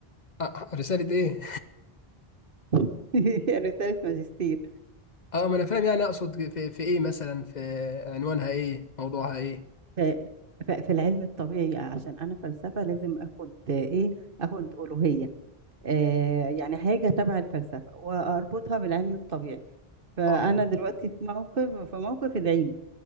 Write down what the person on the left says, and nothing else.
آه، رسالة ايه؟
<laughs> اه ما انا فاهم يعني اقصد في... في ايه مثلا في عنوانها ايه؟ موضوعها ايه؟
اه